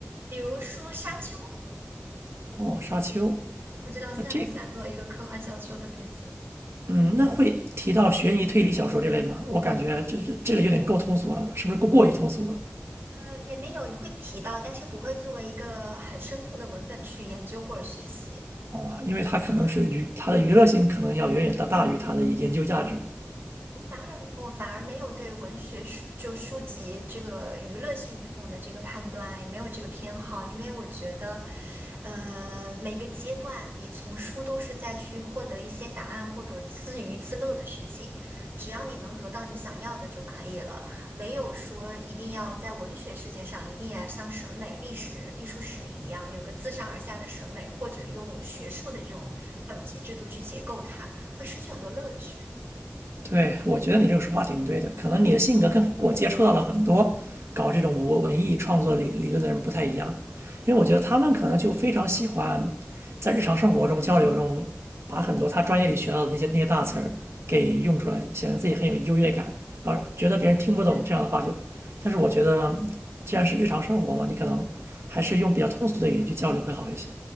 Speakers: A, on the right; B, on the right.
A: 比如说《沙丘》，
B: 哦，沙丘，
A: 不知道算不算作为一个科幻小说的鼻祖。
B: 那这嗯，那会提到悬疑推理小说这类吗？我感觉这这这个有点够通俗了，是不是过过于通俗了？
A: 呃，也没有也会提到，但是不会作为一个很深刻的文本去研究或者学习。
B: 哦，因为它可能是娱它的娱乐性可能要远远大大于它的研究价值。
A: 嗯。我反而我反而没有对文学书就书籍这个娱乐性与否的这个判断，也没有这个偏好，因为我觉得，呃，每个阶段你从书都是在去获得一些答案或者自娱自乐的事情，只要你能得到你想要的就可以了，没有说一定要在文学世界上一定要像审美、历史、艺术史一样有个自上而下的审美，或者用学术的这种等级制度去解构它，会失去很多乐趣。
B: 对，我觉得你这个说法挺对的。可能你的性格跟我接触到了很多搞这种文文艺创作理理论的人不太一样，因为我觉得他们可能就非常喜欢在日常生活中交流中，把很多他专业里学到的那些那些大词儿给用出来，显得自己很有优越感，然后觉得别人听不懂这样的话就。
A: 要说
B: 但是我觉得，既然是日常生活嘛，你可能还是用比较通俗的语言去交流会好一些。